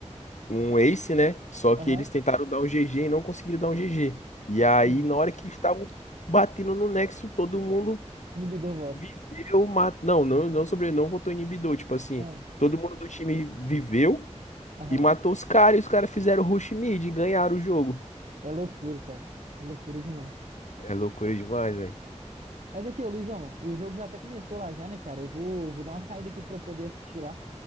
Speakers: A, on the left (about 80°); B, on the right (about 80°).
A: um Ace, né? Só
B: Aham,
A: que eles tentaram dar um GG e não conseguiram dar um GG. E aí,
B: sim.
A: na hora que eles estavam batendo no Nexo, todo mundo
B: Inibidor volta.
A: viveu, matou. Não, não, não sobre, não votou em inibidor. Tipo assim,
B: Ah,
A: todo mundo do time viveu
B: Aham.
A: e matou os caras. E os caras fizeram rush mid e ganharam o jogo.
B: É loucura, cara. É loucura demais.
A: É loucura demais, velho.
B: Mas aqui, ô Luizão, o jogo já até começou lá já, né, cara? Eu vou, vou dar uma saída aqui pra eu poder assistir lá.